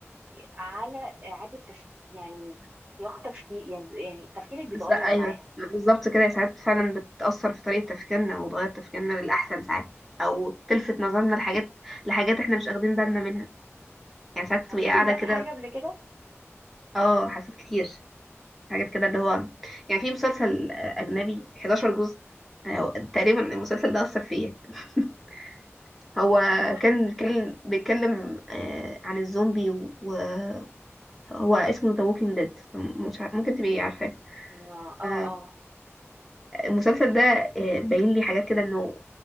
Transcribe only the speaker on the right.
على اعاده تفكير يعني سياق تفكير يعني يعني تفكيرك بيتغير
معاها
حسيتي
بده
في حاجة قبل كده؟
لا
اه اه